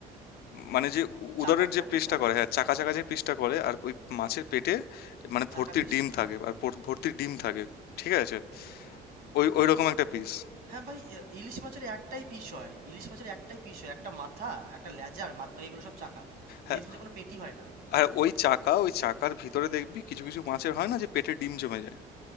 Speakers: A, on the left (about 70°); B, on the right (about 60°).
A: মানে যে উ- উদরের
B: চাকা,
A: যে
B: চাকা,
A: পিসটা
B: চাকা।
A: করে হ্যাঁ চাকা চাকা যে পিসটা করে আর ওই মাছের পেটে মানে
B: চাকা
A: ভর্তি
B: পিসটা
A: ডিম
B: হ্যাঁ।
A: থাকে আর ভর- ভর্তি ডিম থাকে ঠিক আছে ওই ওই রকম একটা পিস
B: হ্যাঁ ভাই এ ইলিশ মাছের একটাই পিস হয়। ইলিশ মাছের একটাই পিস হয়। একটা মাথা, একটা লেজা আর বাদবাকি এগুলো সব চাকা।
A: হ্যাঁ,
B: ইলিশ মাছের কোনো পেটি হয় না।
A: আর ওই চাকা ওই চাকার ভিতরে দেখবি কিছু কিছু মাছের হয় না যে পেটে ডিম জমে যায়